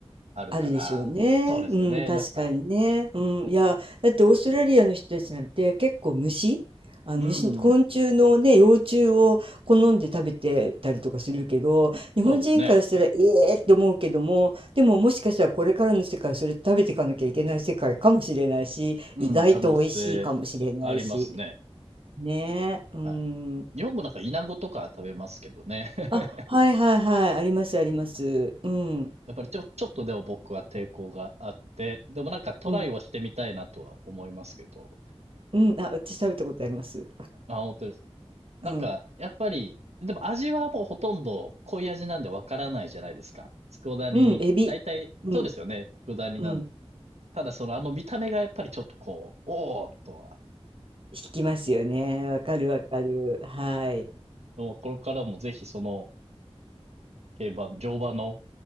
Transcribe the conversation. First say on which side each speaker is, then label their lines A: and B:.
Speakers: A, on the right; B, on the right.
A: あるから、
B: あるでしょうね。
A: そうですよね。
B: うん、確かにね。
A: なんか、
B: うん、
A: こ
B: いや、だってオーストラリアの人たちなんて結構虫、あの虫、
A: う、うん、
B: 昆虫のね、幼虫を好んで食べてたりとかするけど、日本人からしたら、
A: そうですね。
B: ええって思うけども、でももしかしたらこれからの世界、それ食べていかなきゃいけない世界かもしれないし、
A: うん、
B: 意外と美味しいかもしれないし。
A: 可能性ありますね。
B: ねえ、うん。
A: はい。
B: ね
A: 日本もなんかイナゴとか食べますけどね。<laughs>
B: あ、はいはいはい、ありますあります。うん、
A: やっぱりちょ、ちょっとでも僕は抵抗があって、でもなんかトライはしてみたいなとは思いますけど。
B: うん、うん、あ、私食べたことあります。
A: あ、本当です。なんか、
B: うん。
A: やっぱり、でも味はもうほとんど濃い味なんでわからないじゃないですか。佃煮、
B: うん、エビ。
A: 大体、
B: うん、
A: そうですよね。佃煮なんで。
B: うん。
A: ただそのあの見た目がやっぱりちょっとこう、おーっとは。
B: 引きますよね。わかるわかる。はい。
A: でもこれからもぜひその競馬、乗馬の